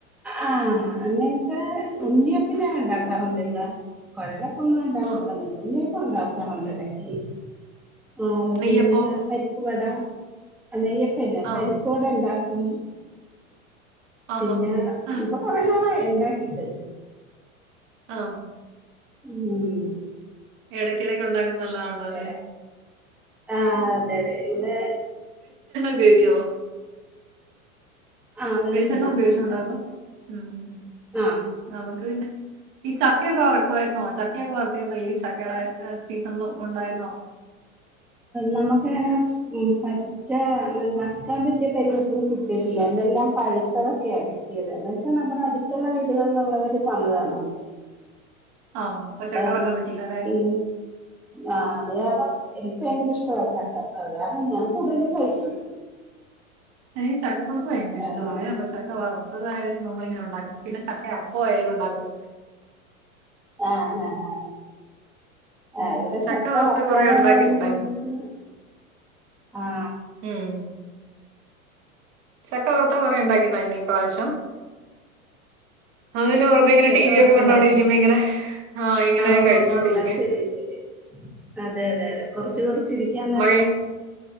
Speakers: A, in the centre; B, on the right.
A: ആഹ് അങ്ങനത്തെ ഉണ്ണിയപ്പം ഞൻ ഉണ്ടാക്കാറുണ്ട് ഇവിടെ കുഴലപ്പംമൊന്നും ഉണ്ടാക്കിട്ടൊന്നുല
B: ആ
A: ഉണ്ണിയൊക്കെ ഉണ്ടാക്കാറുണ്ട് ഇടക്ക് ആഹ്
B: നെയ്യപ്പോ
A: പിന്നെ പരിപ്പുവട നെയ്യപ്പമില്ല
B: ആ
A: പരിപ്പുവടണ്ടാ പോ
B: ആഹാ
A: പിന്നെ
B: ആ
A: ഇപ്പൊ കൊറേ നാളായി എന്റ്ക്കീട്ട്
B: ആ
A: ഇമ്മ്
B: എടയ്ക്കിടയ്ക്ക് ഉണ്ടാക്കുന്നതാണ ല്ലല്ലേ
A: അതെ ആ അതെ അതെ ഇവിടെ
B: ഉപയോഗിക്കോ
A: ആ
B: വെളിച്ചെണ്ണ ഉപയോഗിച്ച
A: വെളിച്ചെണ്ണ
B: ഉണ്ടാകോ ഇമ്
A: ആ
B: നമക്ക് ഈ ചക്കയൊക്കെ ചക്കയൊക്കെ ചക്കയൊക്കെ വറക്കുയിരുന്നോ ചക്കയൊക്കെ വറത്തിരുന്ന ഈ ചക്കയുടെ സീസണില് ഉണ്ടായിരുന്നോ ഉണ്ടായിരുന്നോ
A: നമ്മക്ക് ങ്ങനെ പച്ച കക്കാൻ പറ്റിയ പരിവക്കൊന്നും കിട്ടാൻ പറ്റിയ സൈസ് ഒന്നും കിട്ടിട്ടില്ല എന്തെല്ലാം പഴുത്തതൊക്കെയാണ് കിട്ടിയത് എന്ന് വെച്ചാൽ നമ്മുടെ അടുത്ത് റ്റുള്ള വീടുകളിലുള്ളവര് തന്നതാണാണ്
B: ആ അപ്പൊ
A: അപ്പം
B: ചക്ക വറക്കാൻ പറ്റിയില്ല അല്ലെ
A: ഈ ആഹ അത് കാരണം എനിക്ക് ഭയങ്കര ഇഷ്ട ചക്കാ അപ്പ അത് കാരണം ഞാൻ കൂടുതലും കഴിക്കും
B: നിക്ക് ചക്ക പുഴുക്ക് ഭയങ്കര ഇഷ്ടമാണെ
A: അങ്ങനെ
B: ചക്ക വറുത്തതായാലും നമ്മളിങ്ങനെ ഉണ്ടാക്കും പിന്നെ ചക്ക അപ്പം ആയാലും ഉണ്ടാക്കും
A: ആ ആ
B: ഉം.
A: ആ ഇവിടെ ചക്ക
B: വറുത്ത
A: വറക്കാന
B: കുറെ ഉണ്ടാക്കിയിട്ടുണ്ടായിരുന്നു
A: ള്ളതാ ത് ആ
B: ഇമ് ചക്ക വറുത്തത് കുറെ ഉണ്ടാക്കിന്നോ ഈ പ്രാവശ്യം അത്ന്നെ പുറത്തെ ഇങ്ങനെ
A: ചക്ക
B: ടി വി
A: വറുത്തതോ
B: അവനും അവളും ഒക്കെ കണ്ടോണ്ടിരിക്കുമ്പോ ഇങ്ങനെ ആഹ് ഇങ്ങനെ
A: ഓ
B: കഴിച്ചോണ്ടിരിക്ക
A: ഓ അത് ശരി ശരി അതെ അതെ അതെ കുറച്ച് കുറച്ചി രിക്കാൻ നല്ല
B: മഴ